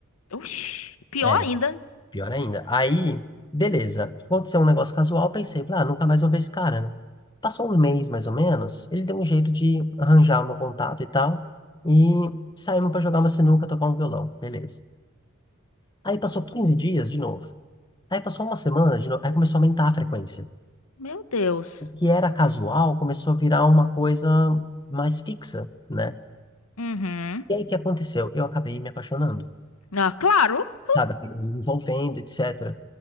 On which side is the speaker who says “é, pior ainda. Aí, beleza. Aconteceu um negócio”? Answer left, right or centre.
Left